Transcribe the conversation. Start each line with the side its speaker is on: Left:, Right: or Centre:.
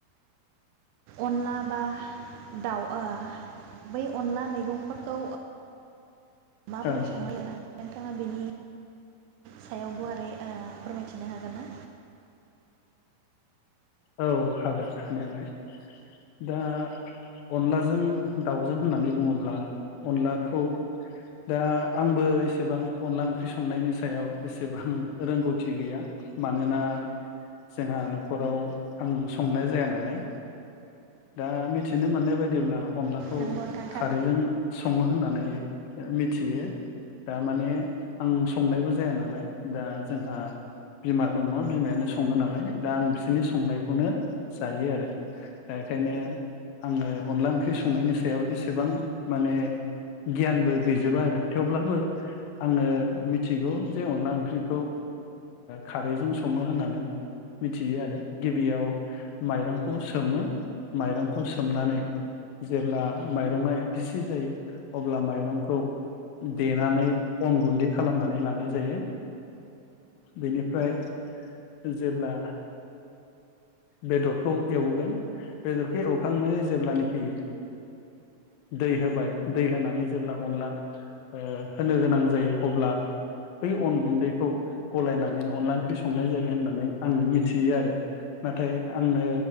Right: अनला बा दाउआ बै अनला मैगंफोरखौ माबोरै
Left: ओं
Right: संना <unintelligible> बिथाङा बिनि सायाव गुवारै फोरमायथिनो हागोन ना?
Left: औ हागोन हानायालाय दा अनलाजों दाउजों होननानै बुङोब्ला अनलाखौ दा आंबो एसेबां अनला ओंख्रि संनायनि सायाव एसेबां रोंगौथि गैया मानोना जोंहा न'खराव आं संनाय जाया नालाय दा मिथिनो मोननाय बायदिब्ला अनलाखौ
Right: नोंगौ नोंथां थारैनो
Left: खारैजों सङो होननानै मिथियो दा माने आं संनायबो जाया नालाय दा जोंहा बिमा दङ बिमायानो सङो नालाय दा आं बिसोरनि संनाय खौनो जायो आरो दा बेखायनो आङो अनला ओंख्रि संनायनि सायाव एसेबां माने गियानबो गैजोबा आरो थेवब्लाबो आङो मिथिगौ जे अनला ओंख्रिखौ खारैजों सङो होननानै मिथियो आरो। गिबियाव माइरं खौ सोमो माइरं खौ सोमनानै जेब्ला माइरंआ गिसि जायो। अब्ला माइरंखौ देनानै अन गुन्दै खालामनानै लानाय जायो बेनिफ्राय जेब्ला बेदरखौ एवगोन बेदरखौ एवखांनानै जेब्लानाखि दै होबाय दै होनानै जेब्ला अनला होनो गोनां जायो अब्ला बै अन गुन्दैखौ गलायनानै अनला ओंख्रि संनाय जायो होननानै आं मिथियो आरो। नाथाय आंनो